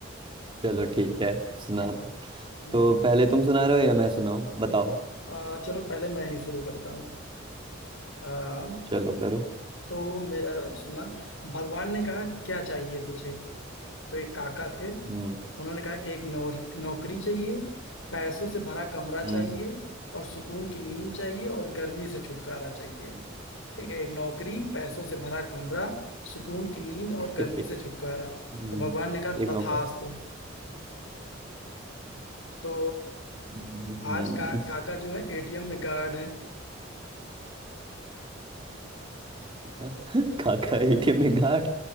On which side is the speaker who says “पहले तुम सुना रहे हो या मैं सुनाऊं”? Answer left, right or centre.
Right